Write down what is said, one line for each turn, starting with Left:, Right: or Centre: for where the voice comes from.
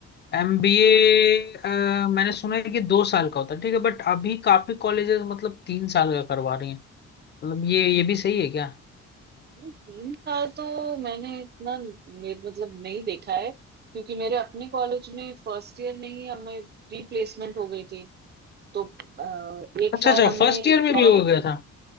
Left: एमबीए मैंने सुना है कि दो साल का होता है ठीक है बट अभी काफी कॉलेजेस मतलब तीन साल का करवा रही हैं मतलब ये ये भी सही है क्या
Right: ये तीन साल तो मैंने इतना मेरे मतलब नहीं देखा है क्योंकि मेरे अपने कॉलेज में फर्स्ट ईयर में ही हमें प्री प्लेसमेंट हो गई थी तो अ, एक साल
Left: अच्छा अच्छा
Right: हमने
Left: फर्स्ट ईयर में
Right: जॉब
Left: भी हो गया था